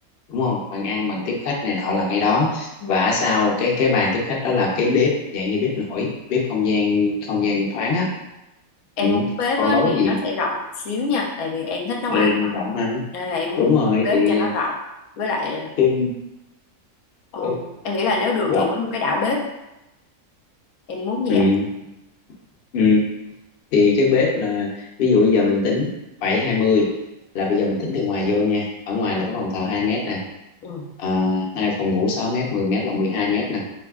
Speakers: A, on the left; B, on the left.
A: đúng không bàn ăn bàn tiếp khách này nọ là ngay đó
B: ừ.
A: và ở sau cái cái bàn tiếp khách đó là cái bếp dạng như bếp nổi bếp không gian không gian thoáng á
B: Em
A: ừ.
B: muốn bếp
A: còn
B: á,
A: đối
B: thì
A: diện
B: nó sẽ rộng xíu nha, tại vì em thích nấu
A: người
B: ăn mà.
A: rộng mà
B: Nên là em muốn
A: đúng rồi
B: bếp
A: thì
B: cho nó rộng. Với lại
A: cái
B: ừ,
A: bếp
B: em nghĩ là nếu được
A: rộng
B: thì có một cái đảo bếp. Em muốn như
A: ừ.
B: vậy.
A: Ừ. Thì cái bếp là ví dụ bây giờ mình tính bảy hai mươi là bây giờ mình tính từ ngoài vô nha. Ở ngoài là có phòng thờ 2 mét nè.
B: Ừ.
A: À, hai phòng ngủ 6 mét, 10 mét là 12 mét nè.